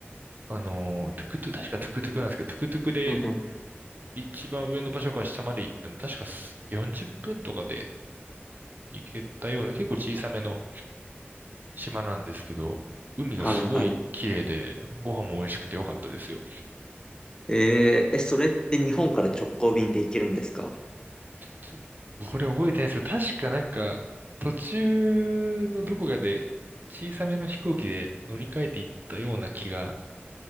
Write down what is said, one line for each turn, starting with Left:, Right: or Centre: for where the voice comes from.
Right: あの、トゥクトゥ、確かトゥクトゥクなんですけど、トゥクトゥクで
Left: うんうん。
Right: 一番上の場所から下まで行っても、確か40分とかで行けたような、結構小さめの島なんですけど、海がすごい綺麗で、
Left: はいはい。
Right: ご飯も美味しくて良かったですよ。
Left: えー、え、それって日本から直行便で行けるんですか
Right: ちょっとこれ覚えてないんですけど、確かなんか、途中のどこかで小さめの飛行機で乗り換えていったような気が、